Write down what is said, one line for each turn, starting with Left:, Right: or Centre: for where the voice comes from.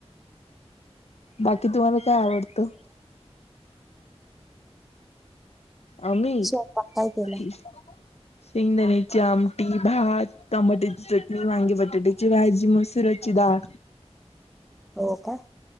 Left: बाकी तुम्हाला काय आवडतं. आम्ही
Centre: स्वयंपाक काय केला
Left: शेंगदाणीची आमटी भात टमाट्याची चटणी वांगी बटाट्याची भाजी मसुराची डाळ.
Centre: हो का?